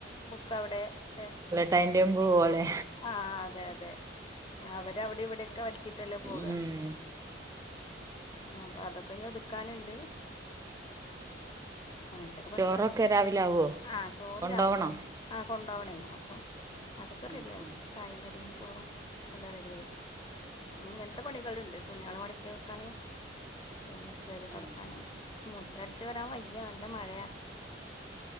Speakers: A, on the left; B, on the right.
A: ബുക്ക് അവിടെ പെ
B: ടൈംടേബിള് പോലെ
A: ആഹ് അതെ അതെ അവര് അവിടിം ഇവിടൊക്കെ വലിച്ചിട്ടല്ലേ പോവാ.
B: ഉം
A: ഞാപ്പൊ അതൊക്കെഞ് ഒതുക്കാന്ണ്ട്. അങ്ങനത്തെക്കെ പണികള്
B: ചോറൊക്കെ രാവിലെ ആവോ
A: ആഹ് ചോറ്
B: കൊണ്ടോവണോ
A: രാവിലെ ആവും. ആഹ് കൊണ്ടോവണേയ്. അപ്പം അതൊക്കെ
B: ആഹ്
A: റെഡിയാവും.
B: ആഹ്
A: ചായിം കടീം ചോറും. എല്ലാം റെഡിയായി. ഇനി ഇങ്ങൻത്തെ പണികള്ണ്ട് തുണിയാള് മടക്കി വെക്കാന്. പിന്നെ അടിച്ച് വാരി തൊടക്കാന്,
B: ആഹ് ആഹ് ആഹ്
A: മുറ്റടിച്ചു വാരാൻ വയ്യ. നല്ല മഴയാ.